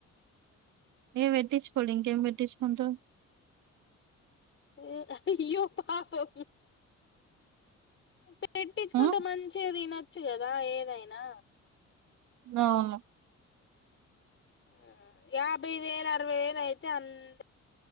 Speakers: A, on the right; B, on the left.
A: ఇగ పెట్టిచ్చుకోడు ఇంకేం పెట్టిచ్చుకుంట
B: ఏ అయ్యో పాపం. పెట్టిచ్చుకుంటే
A: ఆ
B: మంచిగ తినచ్చు కదా ఏదైనా
A: అవును.
B: ఆ యాభై వేలు అరవై వేలు అయితే అంద్